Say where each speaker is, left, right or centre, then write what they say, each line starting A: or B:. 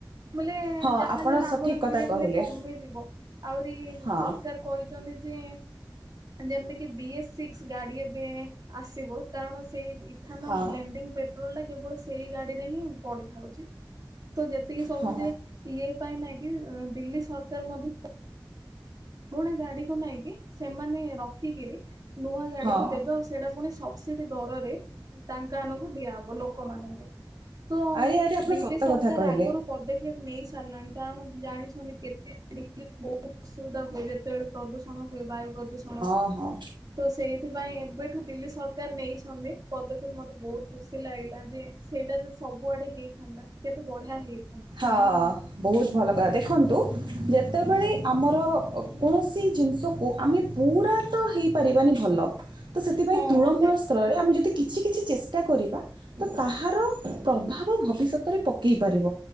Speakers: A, on the right; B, on the right.
A: ମୁଁ ଏଲେ
B: ହଁ
A: ଯାହା
B: ଆପଣ
A: ହେଲେ ଏଲେ
B: ସଠିକ
A: ଆମର ଧୀରେ
B: କଥା କହିଲେ
A: ଧୀରେ କମି ଯିବ। ଆହୁରି
B: ହଁ
A: ସରକାର୍ କହିଚନ୍ତି ଯେ ଯେମିତି କି ବି ଏ ସିସ୍କ୍ ଗାଡି ଏବେ ଆସିବ କାରଣ ସେଇ ଇଥାନଲ୍
B: ହଁ
A: ବ୍ଲେଣ୍ଡିଙ୍ଗ୍ ପେଟ୍ ଟ୍ରୋଲ ଟା କେବଳ ସେଇ ଗାଡିରେ ହିଁ ପଡିଥାଉଛି ତ ଯେତିକି ସବୁ
B: ହଁ
A: ଯାଇ ଇଏ ପାଇଁ ନାଇଁ କିି ଦିଲ୍ଲୀ ସରକାର ମଧ୍ୟ ପୁରୁଣା ଗାଡିକୁ ନେଇକି ସେମାନେ ରଖିକିରି ନୂଆ ଗାଡିକୁ
B: ହଁ
A: ଦେବେ ଆଉ ସେ। ସେଟା ପୁଣି ସବସିଡି ଦରରେ ତାଙ୍କ ଆନଙ୍କୁ ଦିଆହବ ଲୋକମାନଙ୍କୁ। ତ
B: ଆରେ ଆରେ ଆପଣ
A: ଦିଲ୍ଲୀ
B: ସତ
A: ସରକାର
B: କଥା କହିଲେ
A: ଆଗରୁ। ପଦକ୍ଷେପ ନେଇସାରିଲାଣି। କାରଣ ଜାଣିଛନ୍ତି କେତେ <unintelligible> ବହୁତ ଅସୁବିଧା ହୁଏ। ଯେତେବେଳେ। ପ୍ରଦୂଷଣ ହୁଏ ବାୟୁ ପ୍ରଦୂଷଣ।
B: ଓହୋ।
A: ତ ସେଇଥିପାଇଁ ଏବେଠୁ ଦିଲ୍ଲୀ ସରକାର ନେଇଛନ୍ତି ପଦକ୍ଷେପ ମୋତେ ବହୁତ ଖୁସି ଲାଗିଲା ଯେ। ସେଇଟା ଯ ସବୁଆଡେ ହେଇଥାନ୍ତା କେତେ ବଢିଆ ହେଇଥ
B: ହଁ। ବହୁତ ଭଲ କଥା ଦେଖନ୍ତୁ ଯେତେବେଳେ ଆମର କୌଣସି ଜିନିଷକୁ ଆମେ ପୁରରା। ତ ହେଇପାରିବାନି ଭଲ ତ ସେଥିପାଇଁ
A: ହଁ।
B: ତୃଣମୂଳ ସ୍ଥଳରେ ଆମେ ଯଦି କିଛି କିଛି ଚେଷ୍ଟା କରିବା। ତ ତାହାର ପ୍ରଭାବ ଭବିଷ୍ୟତରେ ପକେଇ ପାରିବ।